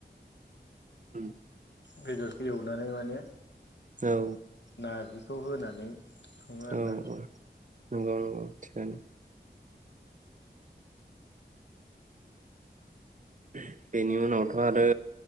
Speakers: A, on the right (about 45°); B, on the left (about 80°).
A: ओम।
B: बेदरखौ एवनानै माने
A: औ
B: नार्जि। खौ होनानै। सङो आरोना।
A: औ औ। नंगौ नंगौ थिगानो। बेनि उनावथ आरो